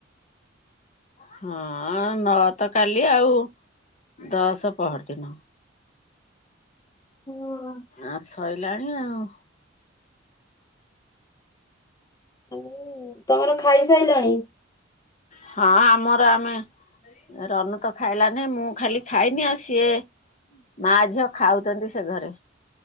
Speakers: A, on the left (about 40°); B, on the left (about 20°).
A: ହଁ-ଅ-ଅ ନଅ ତ କାଲି ଆଉ, ଦଶ ପହର ଦିନ।
B: ହୁଁ ଆଁ।
A: ଆ ସଇଲାଣି ଆଉ।
B: ହୁଁ ତମର ଖାଇସାଇଲଣି?
A: ହଁ ଆମର ଆମେ ରନୁ ତ ଖାଇଲାନି ମୁଁ ଖାଲି ଖାଇନି ଆଉ ସିଏ ମା ଝିଅ ଖାଉଚନ୍ତି ସେ ଘରେ।